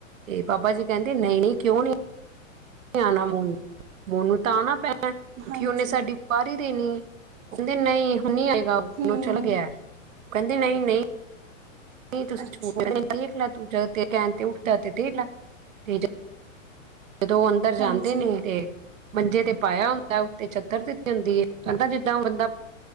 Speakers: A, on the right; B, on the right.
A: ਤੇ ਬਾਬਾ ਜੀ ਕਹਿੰਦੇ ਨਹੀਂ ਨਹੀਂ ਕਿਉਂ ਨੀ। ਆਣਾ ਮੋਨ ਮੋਨੂੰ ਤਾਂ ਆਣਾ ਪੈ
B: ਹਾਂਜੀ
A: ਕਿਉਂਕਿ ਸਾਡੀ ਬਾਹਰ ਦੇਣੀ ਹੈ। ਕਹਿੰਦੇ ਨਹੀਂ ਹੁ ਨਹੀਂ ਆਏਗਾ ਉਹ
B: ਹੂੰ
A: ਚੱਲ ਗਿਆ। ਕਹਿੰਦੇ ਨਹੀਂ ਨਹੀਂ। ਨਹੀਂ ਤੁਸੀਂ
B: ਅੱਛਾ
A: ਚੋ ਦੇਖ ਲ ਤੂੰ ਤੇ ਕਹਿਣ ਤੇ ਉੱਠਦਾ ਤੇ ਦੇਖ ਲ ਤੇ ਜਦੋਂ ਉਹ ਅੰਦਰ ਜਾਂਦੇ
B: ਹਾਂਜੀ
A: ਨੇ ਤੇ ਮੰਜੇ ਤੇ ਪਾਇਆ ਹੁੰਦਾ ਤੇ ਚਾਦਰ ਦਿੱਤੀ ਹੁੰਦੀ ਕਹਿੰਦਾ ਜਿੱਦਾਂ ਬੰਦਾ